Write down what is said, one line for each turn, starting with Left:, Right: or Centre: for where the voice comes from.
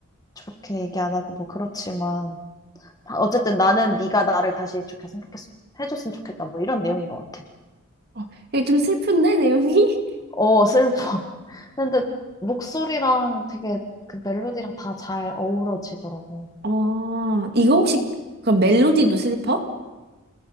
Left: 좋게 얘기 안 하고 뭐 그렇지만 어쨌든 나는 네가 나를 다시 좋게 생각했 해줬으면 좋겠다 뭐 이런 내용인 것 같아.
Right: 어, 이게 좀 슬픈데, 내용이? <laughs>
Left: 어 슬퍼. <laughs> 근데 목소리랑 되게 그 멜로디랑 다 잘 어우러지더라고.
Right: 어, 이거 혹시, 그 멜로디도 슬퍼?